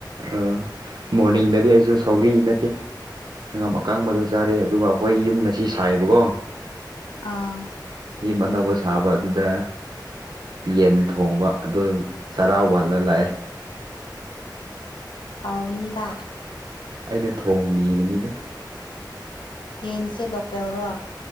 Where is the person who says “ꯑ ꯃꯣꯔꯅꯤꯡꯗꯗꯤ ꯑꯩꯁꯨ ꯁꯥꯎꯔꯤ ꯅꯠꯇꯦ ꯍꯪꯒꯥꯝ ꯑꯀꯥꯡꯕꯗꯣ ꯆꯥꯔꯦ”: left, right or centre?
Right